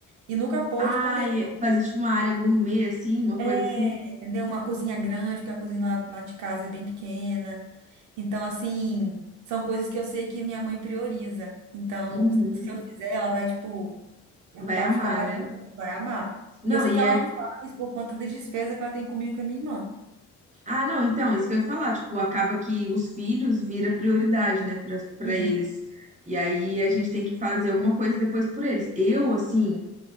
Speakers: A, on the right (about 80°); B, on the right (about 25°).
A: E nunca pôde,
B: Ai,
A: porque
B: fazer tipo uma área gourmet, assim, uma
A: é,
B: coisa assim.
A: entendeu? Uma cozinha grande, porque a cozinha lá, lá de casa é bem pequena. Então, assim, são coisas que eu sei que minha mãe prioriza. Então,
B: Uhum.
A: se eu fizer, ela vai, tipo, Pra
B: Vai
A: pra
B: amar,
A: ficar apaixonada,
B: né?
A: vai amar.
B: Não,
A: E eu sei
B: e
A: que ela
B: é
A: não faz por conta das despesas que ela tem comigo e com a minha irmã.
B: Ah, não, então, isso que eu ia falar, tipo, acaba que os filhos vira prioridade, né, para para
A: Sim.
B: eles. E aí a gente tem que fazer alguma coisa depois por eles. Eu, assim,